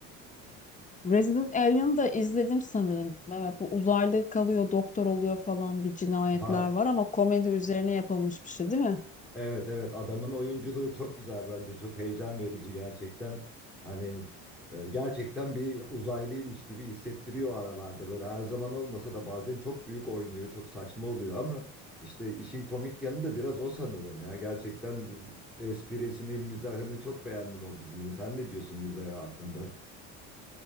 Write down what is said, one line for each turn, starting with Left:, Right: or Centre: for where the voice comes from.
Left: Resident Alien'ı da izledim sanırım. Evet, bu uzaylı kalıyor, doktor oluyor falan bir cinayetler
Centre: Ha,
Left: var ama komedi üzerine yapılmış bir şey değil mi?
Centre: Evet evet adamın oyunculuğu çok güzel bence çok heyecan verici gerçekten hani e, gerçekten bir uzaylıymış gibi hissettiriyor aralarda böyle her zaman olmasa da bazen çok büyük oynuyor çok saçma oluyor ama işte işin komik yanı da biraz o sanırım ya gerçekten e, esprisini mizahını çok beğendim o dizinin sen ne diyorsun mizahı hakkında?